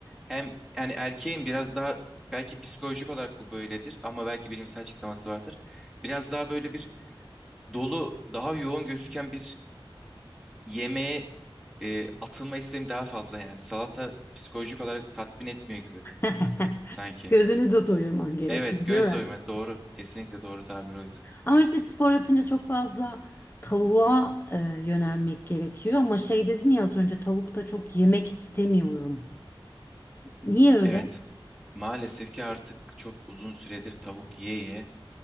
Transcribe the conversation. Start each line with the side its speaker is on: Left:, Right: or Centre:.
Centre: hem yani erkeğim biraz daha belki psikolojik olarak bu böyledir ama belki bilimsel açıklaması vardır. Biraz daha böyle bir dolu daha yoğun gözüken bir yemeğe e, atılma isteğim daha fazla yani. Salata psikolojik olarak tatmin etmiyor gibi
Left: <laughs>
Centre: sanki.
Left: Gözünü de doyurman gerekiyor,
Centre: Evet
Left: değil
Centre: göz
Left: mi?
Centre: doyma doğru. Kesinlikle doğru tabir oydu.
Left: Ama işte spor yapınca çok fazla tavuğa e, yönelmek gerekiyor. Ama şey dedin ya az önce tavukta çok yemek istemiyorum. Niye öyle?
Centre: Evet maalesef ki artık çok uzun süredir tavuk yiye yiye